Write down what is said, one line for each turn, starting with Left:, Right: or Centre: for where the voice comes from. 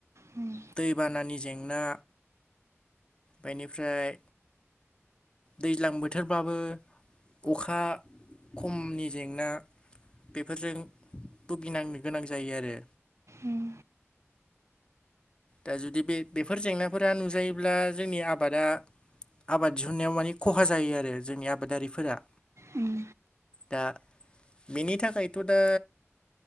Right: उम
Left: दैबानानि जेंना बेनिफ्राय दैज्लां बोथोरबाबो अखा खमनि जेंना बेफोरजों भुगिनांनो गोनां जायो आरो।
Right: उम
Left: दा जुदि बे बेफोर जेंनाफोरा नुजायोब्ला जोंनि आबादा आबाद दिहुनन्नायाव मानि खहा जायो आरो जोंनि आबादारिफोरा।
Right: उम
Left: दा बेनि थाखायथ' दा